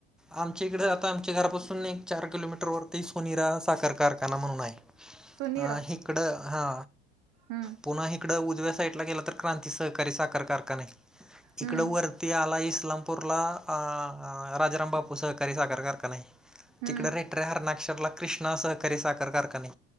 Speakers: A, in the centre; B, on the right.
A: आमच्या इकडे आता आमच्या घरापासून एक चार किलोमीटर वरती सोनीरा साखर कारखाना म्हणून आहे.
B: सुनीरा
A: अ इकडं हा
B: हम्म
A: पुन्हा ह. तिकडं उजव्या साईडला गेला तर क्रांती सहकारी साखर कारखाना आहे. इकडं
B: हम्म
A: वर ते आला इस्लामपूरला अं राजाराम बापू सहकारी साखर कारखाना हाय.
B: हम्म
A: तिकडे रेटऱ्या हरणाक्षरला कृष्णा सहकारी साखर कारखाने